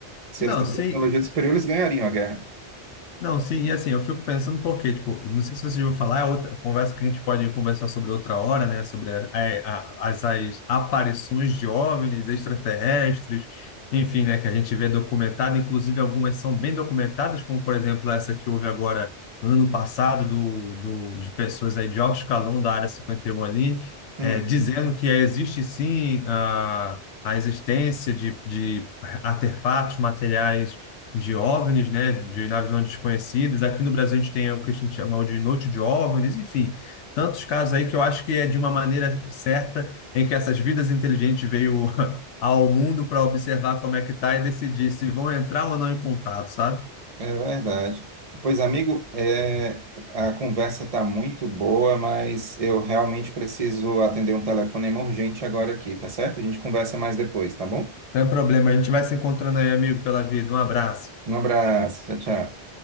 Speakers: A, on the right; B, on the left.
A: Se
B: Não,
A: eles têm
B: sim.
A: tecnologia superior, eles ganhariam a guerra.
B: Não, sim, e assim, eu fico pensando porque, tipo, não sei se vocês vão falar, é outra conversa que a gente pode conversar sobre outra hora, né? Sobre a- a- as, as aparições de OVNIs extraterrestres, enfim, né? Que a gente vê documentado, inclusive algumas são bem documentadas, como por exemplo essa que houve agora ano passado do, do, de pessoas aí de alto escalão da Área 51 ali,
A: Hum,
B: é, dizendo que existe sim a, a existência de, de artefatos materiais de OVNIs, né, de naves não desconhecidas. Aqui no Brasil a gente tem o que a gente chama de noite de OVNIs, enfim, tantos casos aí que eu acho que é de uma maneira certa em que essas vidas inteligentes veio <laughs> ao mundo para observar como é que tá e decidir se vão entrar ou não em contato, sabe?
A: é verdade. Pois, amigo, é, a conversa está muito boa, mas eu realmente preciso atender um telefonema urgente agora aqui, tá certo? A gente conversa mais depois, tá bom?
B: Não é problema, a gente vai se encontrando aí, amigo, pela vida. Um abraço.
A: Um abraço, tchau, tchau.